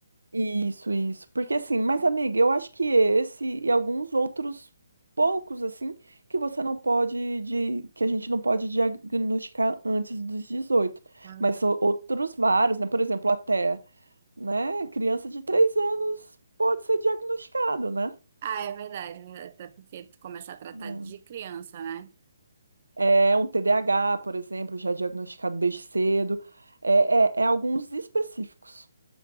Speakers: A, on the right (about 75°); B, on the right (about 40°).
A: Isso, isso. Porque assim, mas amiga, eu acho que esse e alguns outros poucos assim que você não pode de que a gente não pode diagnosticar antes dos dezoito
B: Ah,
A: mas são outros vários, né? Por exemplo, até, né, criança de 3 anos pode ser diagnosticado, né?
B: Ah, é verdade, é verdade, até porque tu começa a tratar
A: Não.
B: de criança, né?
A: É um TDAH, por exemplo, já é diagnosticado desde cedo. É, é, é alguns específicos.